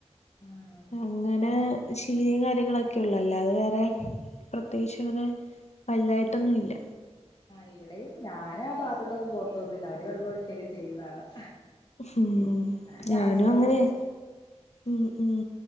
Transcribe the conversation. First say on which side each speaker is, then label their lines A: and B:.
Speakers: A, on the left (about 35°); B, on the left (about 65°).
A: ഉം
B: അങ്ങനെ ശീയും കാര്യങ്ങളൊക്കെ ഉള്ള് അല്ലാതെ വേറെ പ്രത്യേകിച്ച് അങ്ങനെ വലുതായിട്ടൊന്നുമില്ല
A: ആഹ് ഇവിടെയും ഞാൻ ആ ഭാഗത്തോട്ടൊന്നും പോത്തോന്നില്ല അവര് വെള്ള ഒഴിക്കൊക്കെ ചെയ്യുന്ന കാണാം
B: ഉം ഉം
A: ഞാൻ ക്ലാസ്സിന്
B: ഞാനും അങ്ങനെയാ
A: പോയിട്ട്
B: ഉം ഉം